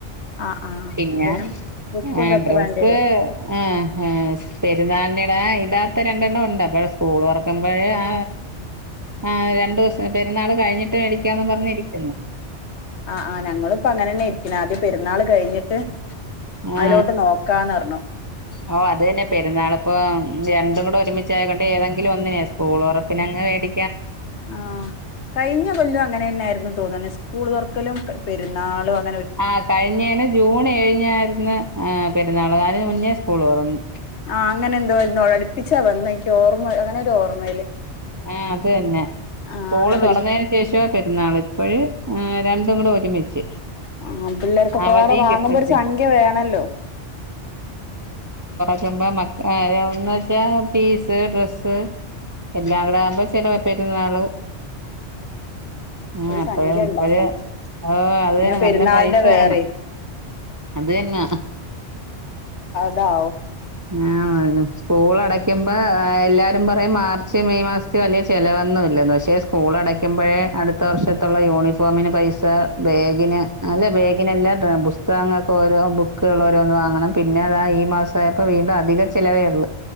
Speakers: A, on the left (about 75°); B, on the right (about 25°).
A: ആഹ് ആഹ്
B: പിന്നെ
A: ബുക്കും
B: ആ
A: ഇതൊക്കെ
B: ഡ്രസ്സ്
A: വേണ്ടി വരും
B: അ അ പെരുന്നാളിനിടാൻ ഇടാത്ത രണ്ടെണ്ണം ഉണ്ട് അപ്പഴ് സ്കൂൾ തുറക്കുമ്പോഴേ ആ ആ രണ്ടു ദിവസം പെരുന്നാൾ കഴിഞ്ഞിട്ട് മേടിക്കാന്ന് പറഞ്ഞിരിക്കുന്നു
A: ആ ആ ഞങ്ങളുപ്പ അങ്ങനെ തന്നെ ഇരി പിന്നെ ആദ്യം പെരുന്നാൾ കഴിഞ്ഞിട്ട്
B: ആ
A: അതിലോട്ട് നോക്കാന്ന് പറഞ്ഞു
B: ഓ അത് തന്നെ പെരുന്നാള് ഇപ്പം രണ്ടും കൂടെ ഒരുമിച്ചായക്കൊണ്ട് ഏതെങ്കിലും ഒന്നിനെ സ്കൂൾ തൊറപ്പിനങ്ങ് വേടി
A: ആ കഴിഞ്ഞ കൊല്ലവും അങ്ങനെന്നെയായിരുന്നു തോന്ന്ണു സ്കൂൾ തുറക്കലും പെരു പെരുന്നാള് വന്
B: ആ കഴിഞ്ഞേന്ന് ജൂൺ ഏഴിനായിരുന്നു പെരു പെരുന്നാൾ അതിനു മുന്നേ സ്കൂൾ തുറന്നു
A: ആ അങ്ങനെ എന്തോ അടിപ്പിച്ചാ വന്നേ എനിക്ക് ഓർമ്മ അങ്ങനെ ഒരു ഓർമ്മയില്
B: ആ അതെന്നെ
A: ആഹ്
B: സ്കൂള്
A: അങ്ങനെ
B: തുറന്നതിന്
A: ഒരു
B: ശേഷം പെരു ന്നാള് ഇപ്പോഴേ രണ്ടും കൂടെ ഒരുമിച്ച്
A: ആ പിള്ളേർക്കൊക്കെ
B: അവധിയും
A: പാടെ വാങ്ങുമ്പോ
B: കിട്ടത്തില്ല
A: ഒരു സംഖ്യ വേണോല്ലോ
B: ക്കുമ്പം മക്ക ഒന്ന് വെച്ചാ ഫീസ് ഡ്രസ്സ് എല്ലാം കടടെ ആകുമ്പോ ചെല വാ പെരുന്നാള് ആ
A: ഒരു
B: അപ്പഴ
A: സംഖ്യ
B: ഇപ്പഴ്
A: ഉണ്ടാക്കണം
B: ആ അത്
A: പിന്നെ
B: തന്നെ
A: പെരുന്നാളിന്റെ
B: നല്ല പൈസ
A: വേറെയും
B: വേണം അത് തന്നെ
A: താവും
B: ആ സ്കൂൾ അടക്കുമ്പോ എല്ലാരും പറയും മാർച്ച് മെയ് മാസത്തി വലിയ ചെിലവൊന്നുംല്ല പക്ഷെ സ്കൂൾ അടക്കുമ്പോഴേ അടുത്ത വർഷത്തുള്ള യൂണിഫോമിന് പൈസ ബേ ഗിനെ
A: ഉം
B: അല്ലെ ബേഗിനല്ലാ ബുസ് സ്തകങ്ങൾക്ക് ഓരോ ബുക്കുകൾ ഓരോന്ന് വാങ്ങണം പിന്നെ അതാ ഈ മാസ- ഇപ്പൊ വീണ്ടും അധിക ചിലവേ ഉള്ളൂ